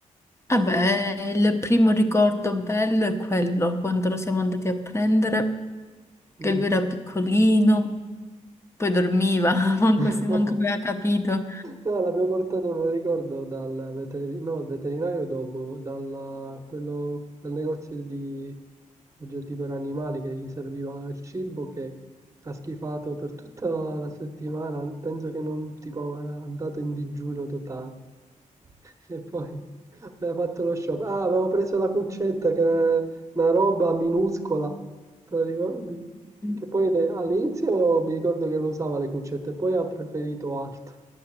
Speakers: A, on the left; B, on the right.
A: Vabbè, il primo ricordo bello è quello, quando lo siamo andati a prendere, che
B: Mm.
A: lui era piccolino, poi dormiva, <laughs> manco,
B: <laughs>
A: se- manco aveva capito.
B: No, l'abbiamo portato, me lo ricordo, dal veterinario, no, al veterinario dopo, dal, quello, dal negozio di oggetti per animali che gli serviva il cibo che ha schifato per tutta la settimana, penso che non tipo era andato in digiuno totale. <laughs> E poi aveva fatto lo shopping. Ah, avevo preso la cuccetta che era una roba minuscola, te lo ricordi?
A: Ti
B: Che poi ne- all'inizio mi ricordo che lo usava le cuccette, poi ha preferito altro.